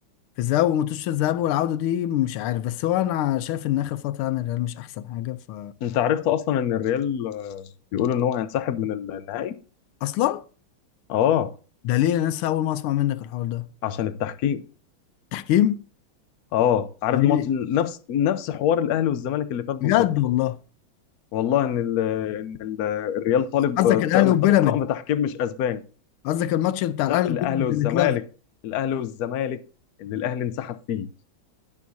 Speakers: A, on the left; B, on the left.
A: في الذهاب وماتش الذهاب والعودة دي مش عارف بس هو انا شايف ان اخر فترة يعني الريال مش احسن حاجة ف
B: انت عرفت اصلا ان الريال آه، بيقولوا ان هو هينسحب من النهائي
A: اصلا
B: اه
A: ده ليه انا لسه اول ما اسمع منك الحوار ده
B: عشان التحكيم
A: تحكيم
B: اه عارف
A: ليه
B: ماتش نفس نفس حوار الاهلي والزمالك اللي فات بالظبط
A: بجد والله
B: والله ان ال ان ال الريال طالب
A: قصدك الاهلي
B: طقم
A: وبيراميدز
B: طقم تحكيم مش اسباني
A: قصدك الماتش بتاع الاهلي
B: لا الاهلي
A: وبيراميدز
B: والزمالك
A: اللي اتلغى
B: الاهلي والزمالك اللي الاهلي انسحب فيه